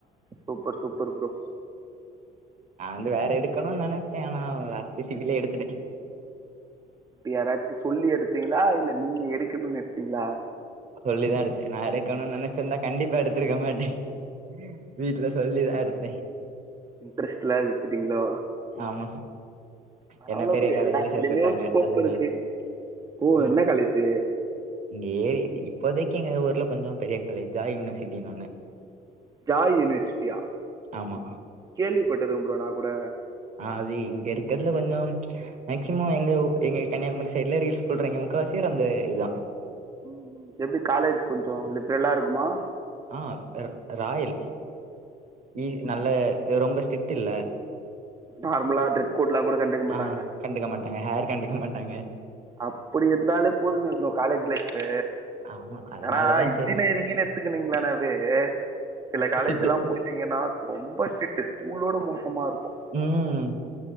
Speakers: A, on the right; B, on the right.
A: சூப்பர் சூப்பர் ப்ரோ
B: நான் வந்து வேற எடுக்கணுன் நெனச்ச ஆனா லாஸ்ட் சிவிலே எடுத்துட்ட
A: யாராச்சு சொல்லி எடுத்தீங்களா இல்ல நீங்க எடுக்கணுன் எடுத்தீங்களா
B: சொல்லிதா எடுத்த நா எடுக்கணுன் நெனைச்சிருந்தா கண்டிப்பா எடுத்துருக்க மாட்ட ம் வீட்ல சொல்லிதா எடுத்தே
A: இன்ட்ரெஸ்ட் இல்லாது எத்துட்டீங்களோ
B: ஆமா
A: பரவால
B: என்ன பெரிய
A: ப்ரோ
B: காலேஜ்ல
A: எல்லாத்துலயுமே
B: சேத்து விட்டாங்க
A: ஒரு ஸ்கோப்
B: அதனால
A: இருக்கு ஓ
B: ஆமா
A: என்ன காலேஜு
B: இங்க ஏ இப்போதைக்கு எங்க ஊர்ல கொஞ்சோ பெரிய காலேஜ்ஜா யூனிவர்சிட்டின்னு ஒன்னு
A: ஜாய் யூனிவர்சிட்டியா
B: ஆமா
A: கேள்விப்பட்டிருக்கே ப்ரோ நா கூட
B: ஆ அது இங்க இருக்கதுல கொஞ்சோ மேக்சிமம் எங்க எங்க கன்னியாகுமரி சைட்ல ரீல்ஸ் போட்றங்க முக்காசிபேர் அந்த இதுதா
A: ம் ம் எப்டி காலேஜ் கொஞ்சோ லிப்ரல்லா இருக்குமா
B: ஆ அ ராயல் வி நல்ல ரொம்ப ஸ்ட்ரிட் இல்ல
A: நார்மலா ட்ரெஸ் கோட்லா கூட கண்டுக்க மாட்டாங்க
B: ஆ கண்டுக்க மாட்டாங்க ஹேர் கண்டுக்க மாட்டாங்க
A: அப்படி இருந்தாலே போதுமே ப்ரோ காலேஜ் லைஃபு
B: ஆமா அதனாலதா
A: ஏனா இன்ஜினியரிங்ன்னு
B: செரி
A: எடுத்துக்குனீங்களானாவே சில காலேஜ்ல்லா
B: ஸ்ட்ரிக்ட்
A: போயி <unintelligible> ரொம்ப ஸ்ட்ரிட் ஸ்கூலோட மோசமா இருக்கு
B: ம்